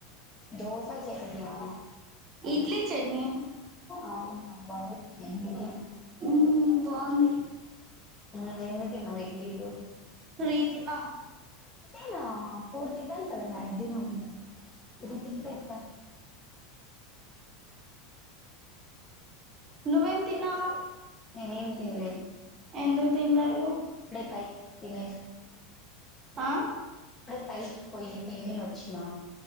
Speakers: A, on the left; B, on the right.
A: దోస చట్నీయా
B: ఇడ్లీ చట్నీ
A: అవునా బాగుందా ఇడ్లీ
B: మ్మ్ బాగుంది
A: ఉమ్ ఎన్ని తిన్నావ్ ఇడ్లీలు
B: త్రీ తిన్నా
A: నేనా ఫోర్ తీన్నాన్ కదా మ్యాక్జిమమ్ త్రీ తిన్ పెట్టా
B: నువ్వేం తిన్నావ్?
A: నేనేం తినలేదు
B: ఎందు తిన్లేదు
A: ఇప్పుడే పైకి తినేసి
B: ఆ
A: ఇప్పుడే పైకి పోయి తిని వచ్చినా